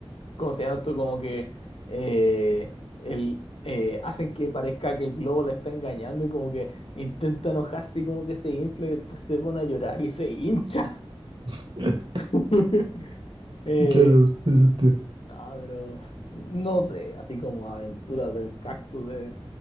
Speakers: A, on the left; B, on the right.
A: ¿cómo se llama esto? Como que eh, el, eh, hacen que parezca que el globo la está engañando y como que intenta enojarse y como que se infla y después se pone a llorar y se hincha.
B: <laughs>
A: <laughs> Eh,
B: Claro, tiene sentido.
A: no, pero no sé, así como aventuras del cactus de...